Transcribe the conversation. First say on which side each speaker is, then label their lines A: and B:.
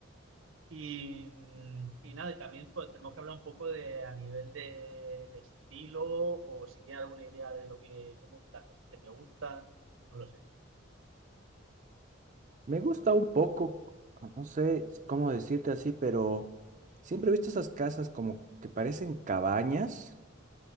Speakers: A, on the right (about 75°); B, on the right (about 35°).
A: Y, mm, y nada, y también pues tenemos que hablar un poco de a nivel del estilo o si tienes alguna idea de lo que, como las cosas que te gustan, no lo sé.
B: Me gusta un poco, no sé cómo decirte así, pero siempre he visto esas casas como que parecen cabañas